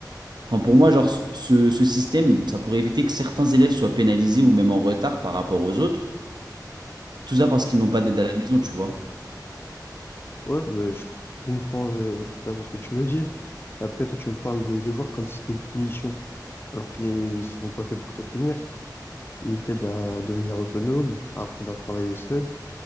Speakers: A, on the right; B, on the left.
A: Enfin, pour moi, genre, ce, ce système, ça pourrait éviter que certains élèves soient pénalisés ou même en retard par rapport aux autres. Tout ça parce qu'ils
B: Ouais.
A: n'ont pas d'aide à la maison, tu vois.
B: Ouais, bah, je comprends euh, totalement ce que tu veux dire. Après, toi, tu me parles des devoirs comme si c'était une punition, alors qu'ils sont pas faits pour te punir. Ils t'aident à devenir autonome, à apprendre à travailler seul